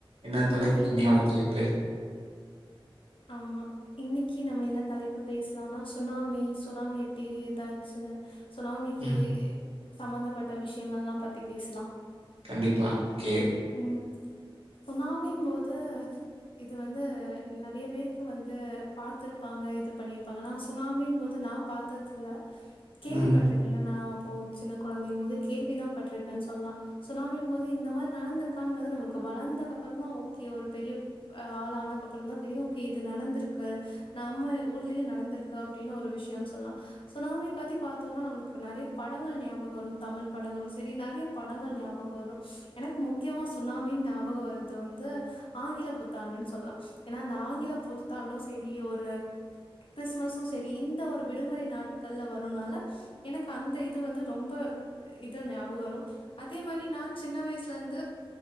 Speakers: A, on the right; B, on the left.
A: என்ன
B: இன்னைக்கு
A: தலைப்பு
B: என்ன
A: இன்னையோட தலைப்பு
B: ஆமா இன்னிக்கு நம்ம என்ன தலைப்பு பேசலாம்னா சுனாமி சுனாமி எப்டி ஏதாச்சு சுனாமிக்கு
A: ம்
B: சம்மந்தப்பட்ட விஷயங்கள்லாம் பத்தி பேசலாம்
A: கண்டிப்பா ஓகே
B: ம் சுனாமின் போது இது வந்து நெறய பேருக்கு வந்து பாத்துருப்பாங்க இது பண்ணியிருப்பாங்க நா சுனாமின் மோது நா பாத்ததுல்ல கேள்விப்பட்ருக்கேன்
A: ம்
B: ஏன்னா நா அப்போ சின்ன கொழந்தையின் மோது கேள்வி தான் பட்டிருக்கன் சொல்லாம் சுனாமியின் மோது இந்த மாரி நடந்திருக்கான்மோது நமக்கு வளந்த கப்பறோம் தான் ஓகே ஒரு பெரிய அ ஆள் ஆனக்கு அப்பறோம் தான் தெரியும் ஓகே இது நடந்திருக்கு நம்ம ஊர்லயும் நடந்திருக்கு அப்டின்னு ஒரு விஷயோம்னு சொல்லலாம் சுனாமிய பத்தி பாத்தோம்னா நம்ளக்கு நறய படங்கள் ஞாபகம் வரும் தமிழ் படங்களும் சேரி நறய படங்கள் ஞாபகம் வரும் எனக்கு முக்கியமா சுனாமின் ஞாபகம் வருது வந்து ஆங்கில புத்தாண்டுன்னு சொல்லாம் ஏன்னா அந்த ஆங்கில புத்தாண்டும் சேரி ஒரு கிறிஸ்மஸும் சேரி இந்த ஒரு விடுமுறை நாட்கள்ல வருனால எனக்கு அந்த இது வந்து ரொம்ப இது ஞாபகம் வரும் அதே மாரி நா சின்ன வயசுல வந்து